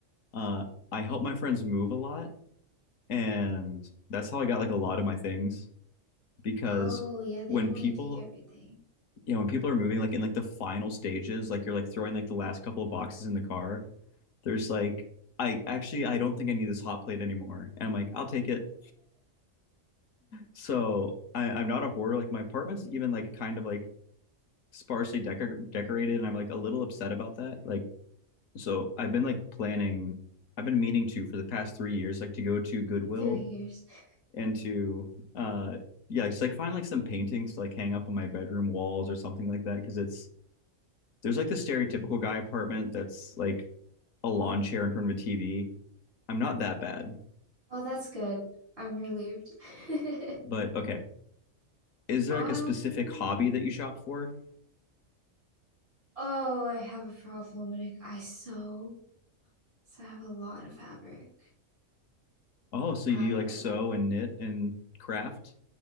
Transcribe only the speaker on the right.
Oh, yeah, they
don't want
to take everything
through years. <laughs>
Oh, that's good. I'm relieved. <laughs>
Um,
oh, I have a problem when it, I sew. So I have a lot of fabric.
Um,